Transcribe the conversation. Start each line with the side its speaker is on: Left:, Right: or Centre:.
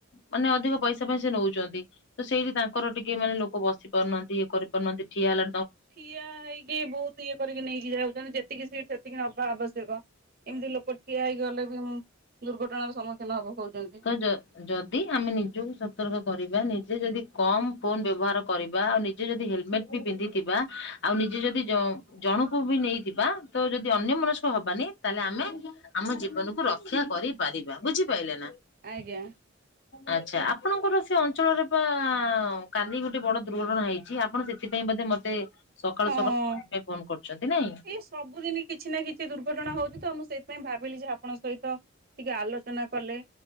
Left: ମାନେ ଅଧିକ ପଇସା ଫାଇସ ନଉଛନ୍ତି। ତ ସେଇଠି ତାଙ୍କର ଟିକେ ମାନେ ଲୋକ ବସି ପାରୁନାହାନ୍ତି ଇଏ କରିପାରୁନାହାନ୍ତି। ଠିଆ ହେଲା
Right: ଠିଆ ହେଇ କି ବହୁତ ଇଏ କରିକି ନେଇକି ଯାଉଛନ୍ତି ଯେତିକି ସିଟ୍ ସେତିକି ନବା ଆବଶ୍ୟକ ଏମିତି ଲୋକ ଠିଆ ହେଇ ଗଲେ ବି ଦୁର୍ଘଟଣାର ସମ୍ମୁଖୀନ ହବ ହଉଛନ୍ତି।
Left: ତ ଯଦି ଆମେ ନିଜକୁ ସତର୍କ କରିବା ନିଜେ ଯଦି କମ ଫୋନ ବ୍ୟବହାର କରିବା ଆଉ ନିଜେ ଯଦି ହେଲମେଟ ବି ପିନ୍ଧିଥିବା ଆଉ ନିଜେ ଯଦି ଜଣକୁ ବି ନେଇଥିବା ତ ଯଦି ଅନ୍ୟ ମନସ୍କ ହବାନି ତାହେଲେ ଆମେ ଆମ ଜୀବନକୁୁ ରକ୍ଷା କରିପାରିବା ବୁଝିପାରିଲେ ନା।
Right: ଆଜ୍ଞା
Left: ଆଚ୍ଛା ଆପଣଙ୍କର ସେ ଅଞ୍ଚଳରେ ବା କାଲି ଗୋଟେ ବଡ ଦୁର୍ଘଟଣା ହେଇ ଛି ଆପଣ ସେଥିପାଇଁ ବୋଧେ ମତେ ସକାଳୁ
Right: ହଁ
Left: ସକାଳୁ ପାଇଁ ଫୋନ କରୁଛନ୍ତି ନାଇଁ।
Right: ସବୁଦିନ। କିଛି ନା କିଛି ଦୁର୍ଘଟଣା ହଉଛି ତ ମୁଁ ସେଇଥିପାଇଁ ଭାବିଲି ଯେ ଆପଣଙ୍କ ସହିତ ଟିକେ ଆଲୋଚନା କଲେ।